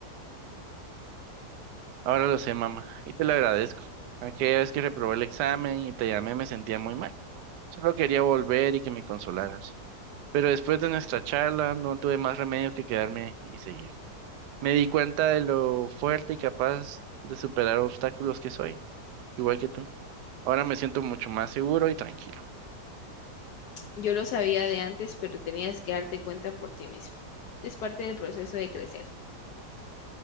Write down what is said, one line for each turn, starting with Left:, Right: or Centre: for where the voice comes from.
Right: Ahora lo sé, mamá, y te lo agradezco. Aquella vez que reprobé el examen y te llamé me sentía muy mal. Solo quería volver y que me consolaras. Pero después de nuestra charla no tuve más remedio que quedarme y seguir. Me di cuenta de lo fuerte y capaz de superar obstáculos que soy, igual que tú. Ahora me siento mucho más seguro y tranquilo.
Left: Yo lo sabía de antes, pero tenías que darte cuenta por ti mismo. Es parte del proceso de crecer.